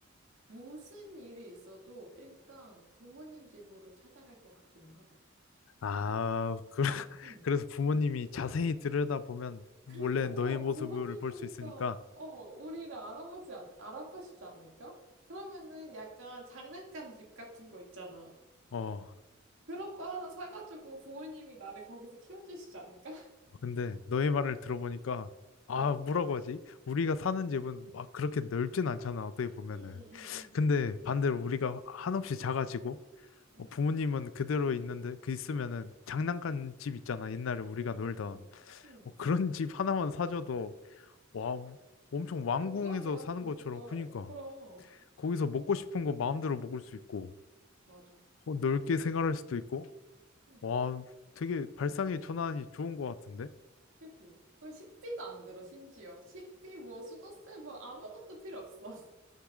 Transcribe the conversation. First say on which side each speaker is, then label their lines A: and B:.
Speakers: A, on the right (about 80°); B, on the left (about 85°).
A: 무슨 일이 있어도 일단 부모님 집으로 찾아갈 것 같기는 하다.
B: 아, 그, <laughs>
A: 응,
B: 그래서 부모님이
A: 응.
B: 자세히 들여다보면
A: 그래도
B: 원래 너의
A: 어
B: 모습을
A: 부모님이니까
B: 볼 수 있으니까
A: 어 우리를 알아보지 않, 알아보시지 않을까? 그러면은 약간 장난감 집 같은 거 있잖아.
B: 어,
A: 그런 거 하나 사가지고 부모님이 나를 거기서 키워주시지 않을까?
B: 아, 근데 너의 말을 들어보니까 아
A: <laughs>
B: 뭐라고 하지? 우리가 사는 집은 막 그렇게 넓진 않잖아 어떻게 보면은
A: 응응응응응응응응응응응응
B: 근데 반대로 우리가 한없이 작아지고
A: 응
B: 어, 부모님은 그대로 있는데 그 있으면은 장난감
A: 응.
B: 집 있잖아 옛날에 우리가
A: 응응응응.
B: 놀던
A: 응.
B: 어, 그런 <laughs> 집 하나만 사줘도 와 엄청 왕궁에서
A: 궁궐이야
B: 사는
A: 궁궐
B: 것처럼 크니까
A: 그럼
B: 거기서 먹고 싶은 거 마음대로 먹을 수 있고
A: 맞아
B: 어, 넓게 생활할 수도 있고
A: 응
B: 와 되게 발상의 전환이 좋은 것 같은데?
A: 그지 그 식비도 안 들어 심지어 식비 뭐 수저세 뭐 아무것도 필요 없어 <laughs>